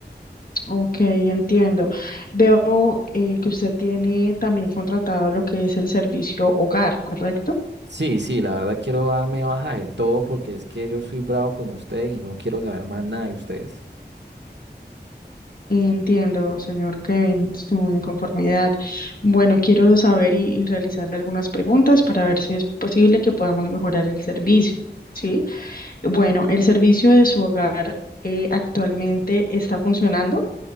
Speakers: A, on the left; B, on the right.
A: Ok, entiendo. Veo eh, que usted tiene también contratado lo que es el servicio hogar, ¿correcto?
B: Sí, sí, la verdad quiero darme baja de todo porque es que yo soy bravo con ustedes y no quiero saber más nada de ustedes.
A: Entiendo, señor Kevin, su inconformidad. Bueno, quiero saber y, y realizarle algunas preguntas para ver si es posible que podamos mejorar el servicio, ¿sí? Bueno, el servicio de su hogar eh, actualmente está funcionando.